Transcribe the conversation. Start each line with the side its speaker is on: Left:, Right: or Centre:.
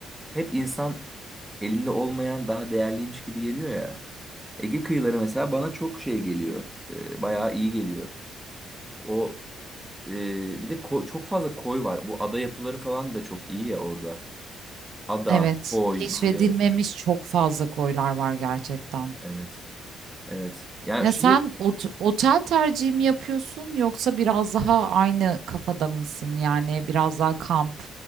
Centre: hep insan elinde olmayan daha değerliymiş gibi geliyor ya. Ege kıyıları mesela bana çok şey geliyor. Ee, bayağı iyi geliyor. O e, bir de ko- çok fazla koy var. Bu ada yapıları falan da çok iyi ya orada. Ada,
Right: Evet.
Centre: koy
Right: Keşfedilmemiş
Centre: böyle
Right: çok fazla koylar var gerçekten.
Centre: evet. Evet. Yani
Right: Ya
Centre: şey
Right: sen ot- otel tercihi mi yapıyorsun yoksa biraz daha aynı kafada mısın? Yani biraz daha kamp,